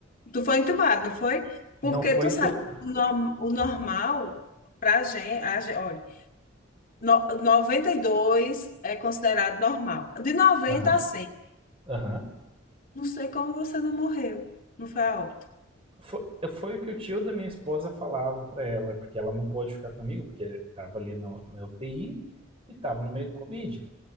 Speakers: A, on the left; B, on the right.
A: Tu foi entubado, não foi? Porque
B: Não foi.
A: tu sabe,
B: Aham, tu...
A: o, norm- o normal pra gente, a gente- olha, no- 92 é considerado normal. De 90
B: aham.
A: a 100.
B: Uhum, uhum.
A: Não sei como você não morreu. Não foi a óbito.
B: Foi, foi, o que o tio da minha esposa falava para ela, porque ela não pôde ficar comigo, porque estava ali no, na UTI e estava no meio do Covid.